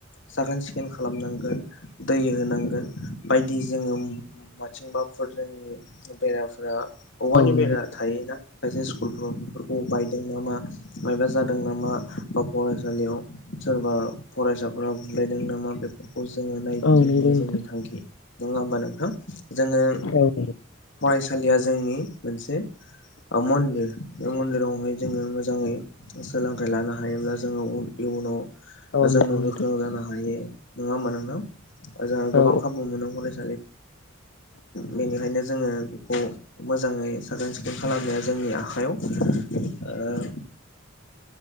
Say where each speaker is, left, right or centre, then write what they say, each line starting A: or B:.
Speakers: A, on the left (about 65°); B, on the left (about 80°).
A: साखोन सिखोन खालामनांगोन दै होनांगोन बायदि जोङो माथिंबाफोर जोंनि बेराफ्रा औवानि
B: औ
A: बेरा
B: नंगौ
A: थायोना खायसे स्कुलफ्राव बे औ बाय नामा माबा जादों नामा बा फरायसालियाव सोरबा फरायसाफोरा बुलायदों नामा बेफोर खौ जोङो नायबिदिंनाया
B: औ नंगौ
A: जोंनि
B: नोंथां
A: थांखि नङा होमबा नोंथां जोङो
B: औ नंगौ
A: फरायसालिया जोंनि मोनसे ओ मन्दिर बे मन्दिरावहाय जोङो मोजाङै सोलोंथाइ लानो हायोब्ला जोङो इयुनाव
B: औ
A: जोंनो
B: नंगौ
A: गोख्रों
B: नोंथां
A: जानो हायो नङा होमबा नोंथां जोंहा गोबां
B: औ
A: खाबु मोनो कलेज बेनिखायनो जोङो बेखौ मोजाङै साखोन सिखोन खालामनाया जोंनि आखायाव आरो